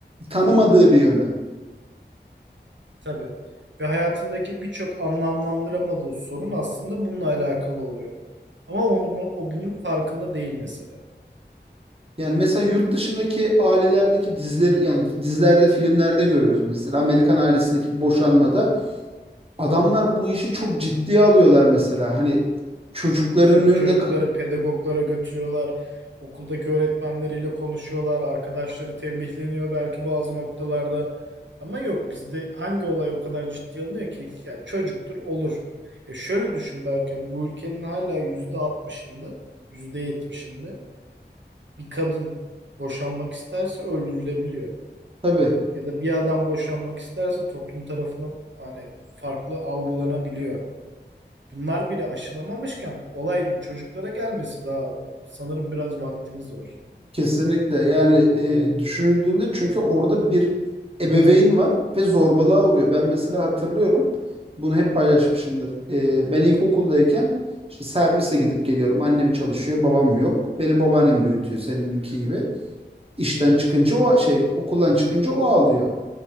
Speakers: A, on the right; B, on the right.
A: Tanımadığı
B: Tabii.
A: bir yönü.
B: Tabii. Ve hayatındaki birçok anlamlandıramadığı sorun aslında bununla alakalı oluyor. Ama onu, o bunun farkında değil mesela.
A: Yani mesela yurt dışındaki ailelerdeki diziler yani dizilerde, filmlerde görüyoruz mesela Amerikan ailesindeki boşanmada adamlar bu işi çok ciddiye alıyorlar mesela. Hani çocukların
B: Tabii
A: önünde
B: çocukları
A: ka-
B: pedagoglara götürüyorlar. Okuldaki öğretmenleriyle konuşuyorlar. Arkadaşları tembihleniyor belki bazı noktalarda. Ama yok bizde hangi olay o kadar ciddiye alınıyor ki? Ya çocuktur olur. Ya şöyle düşün Berkay. Bu ülkenin hala %60'ında, %70'inde bir kadın boşanmak isterse öldürülebiliyor.
A: tabii
B: ya da bir adam boşanmak isterse toplum tarafından hani farklı algılanabiliyor. Bunlar bile aşılamamışken olayın çocuklara gelmesi daha sanırım biraz vaktimiz var.
A: Kesinlikle yani e, düşünüldüğünde çünkü orada bir ebeveyn var ve zorbalığa uğruyor. Ben mesela hatırlıyorum bunu hep paylaşmışımdır. E, ben ilkokuldayken işte servise gidip geliyorum. Annem çalışıyor, babam yok. Beni babaannem büyütüyor
B: Hı hı.
A: seninki gibi. İşten
B: Hı hı.
A: çıkınca o şey okuldan çıkınca o ağlıyor.